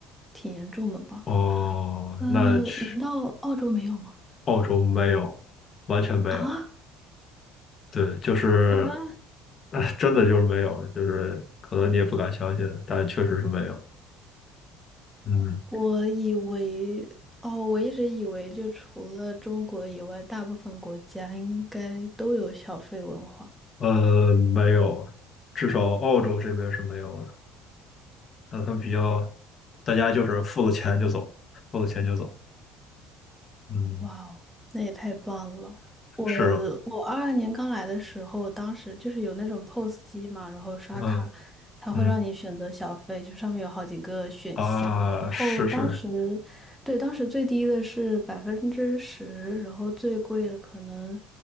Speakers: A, in the centre; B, on the left.
A: 挺严重的吧？
B: 哦，
A: 呃，
B: 那去
A: 难道澳洲没有吗？
B: 澳洲没有，完全没有。
A: 啊，
B: 对，就是，
A: 啊，
B: 哎，真的就是没有，就是可能你也不敢相信，但确实是没有。嗯，
A: 我以为，哦，我一直以为就除了中国以外，大部分国家应该都有小费文化。
B: 呃，没有，至少澳洲这边是没有的。那他们比较，大家就是付了钱就走，付了钱就走。嗯，
A: 哇哦，那也太棒了！我
B: 是，
A: 我二二年刚来的时候，当时就是有那种 POS 机嘛，然后刷卡，
B: 嗯
A: 它会让你选择小费，
B: 嗯
A: 就上面有好几个选项。
B: 啊，
A: 然后当时，
B: 是是，
A: 对，当时最低的是百分之十，然后最贵的可能